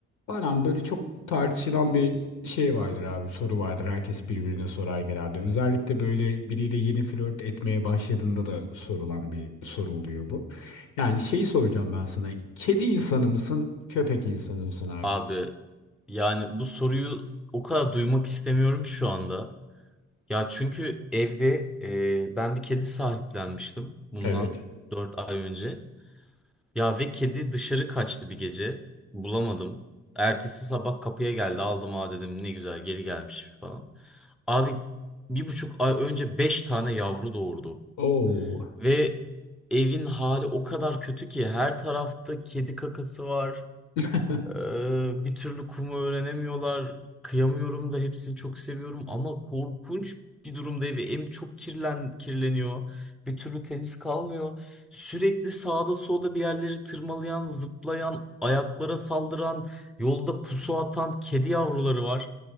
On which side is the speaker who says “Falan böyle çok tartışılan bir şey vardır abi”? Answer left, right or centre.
Left